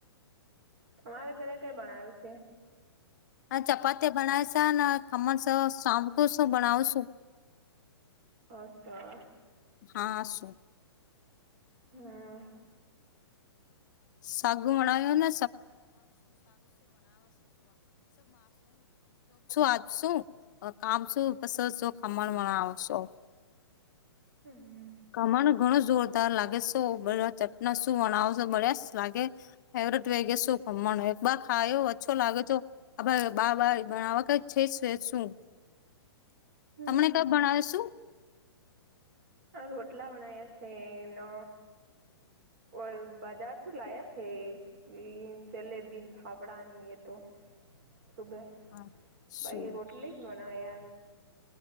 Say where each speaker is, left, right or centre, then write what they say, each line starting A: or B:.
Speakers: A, on the right; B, on the left.
A: તમારે ઘરે કઈ ભણાયો છે?
B: હ ચપાતી બનાય છે ને ખમણ સ સાંભકું શું બનાવશું
A: અચછા
B: હા હસો
A: હમ
B: <unintelligible> જોબશું આજશું કામ શું બસ ખમણ મણાવશો
A: હમ
B: કમણ ઘણું જોરદાર લાગે શું બધા ચટના શું વણાવો છો બ્ડયા લાગે ફેવટ વેગે શું ખમણ એક બાર ખાયો ઓછો લાગે છે. આ બાબ આ વખત છે છે શું?
A: હમ
B: તમને ક ભણાવશુ
A: આ રોટલા બનાયા છે, એને ઓલ બજાર શું લાયા છે. હ જલેબી ને ફાફડાની એ તો સુગ
B: હા
A: પહી
B: શું
A: રોટલી જ બનાય